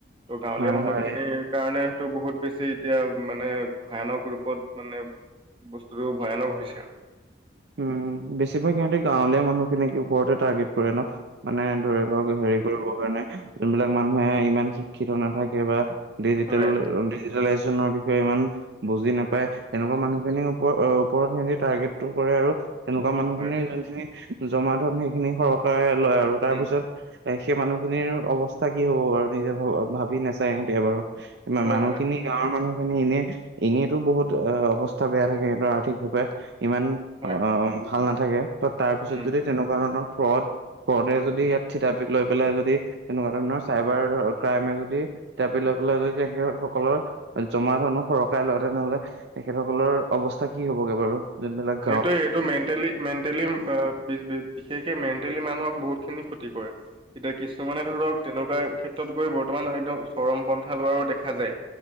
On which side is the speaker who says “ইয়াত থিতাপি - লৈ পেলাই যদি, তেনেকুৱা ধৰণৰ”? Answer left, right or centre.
Right